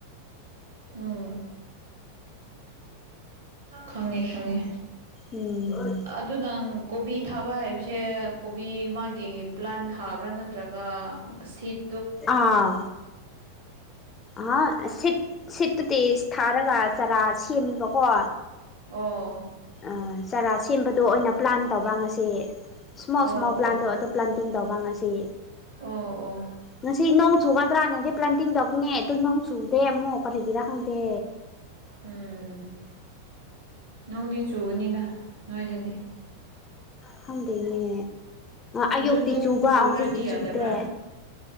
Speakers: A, on the right; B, on the left.
A: ꯎꯝ ꯈꯪꯉꯦ ꯈꯪꯉꯦ
B: ꯎꯝ
A: ꯑꯗꯨ ꯅꯪ ꯀꯣꯕꯤ ꯊꯥꯕ ꯍꯩꯕꯁꯦ ꯀꯣꯕꯤ ꯃꯥꯒꯤ ꯄ꯭ꯂꯥꯟ ꯊꯥꯕ꯭ꯔꯥ ꯅꯠꯇ꯭ꯔꯒ ꯁꯤꯠ
B: ꯑꯥ ꯍꯥ ꯁꯤꯠ ꯁꯤꯠꯇꯨꯗꯤ ꯊꯥꯔꯒ ꯆꯔꯥ ꯁꯦꯝꯃꯦꯕꯀꯣ꯫
A: ꯑꯣ
B: ꯑ ꯆꯥꯔꯥ ꯁꯦꯝꯕꯗꯣ ꯑꯣꯏꯅ ꯄ꯭ꯂꯥꯟ ꯇꯧꯕ ꯉꯁꯤ ꯁ꯭ꯃꯣꯜ
A: ꯑꯣ
B: ꯁ꯭ꯃꯣꯜ ꯄ꯭ꯂꯥꯟꯗꯣ
A: ꯑꯣ
B: ꯑꯗꯨ ꯄ꯭ꯂꯥꯟꯇꯤꯡ ꯇꯧꯕ ꯉꯁꯤ꯫
A: ꯑꯣ ꯑꯣ
B: ꯉꯁꯤ ꯅꯣꯡ ꯆꯨꯒꯗ꯭ꯔꯥꯅꯗꯤ ꯄ꯭ꯂꯥꯟꯇꯤꯡ ꯇꯧꯕꯅꯦ ꯑꯗꯨ ꯅꯣꯡ ꯆꯨꯗꯦ ꯑꯃꯨꯛ ꯀꯔꯤꯒꯤꯔꯥ ꯈꯪꯗꯦ꯫
A: ꯎꯝ ꯅꯨꯡꯗꯤ ꯆꯨꯒꯅꯤꯗ ꯅꯣꯏꯗꯗꯤ꯫
B: ꯈꯪꯗꯦꯅꯦ ꯑꯌꯨꯛꯇꯤ
A: ꯑꯗꯨ ꯅꯣꯡ
B: ꯆꯨꯕ
A: ꯆꯨꯗ꯭ꯔꯗꯤ
B: ꯍꯧꯖꯤꯛꯇꯤ
A: ꯌꯥꯗꯕ꯭ꯔꯥ
B: ꯆꯨꯗꯦ꯫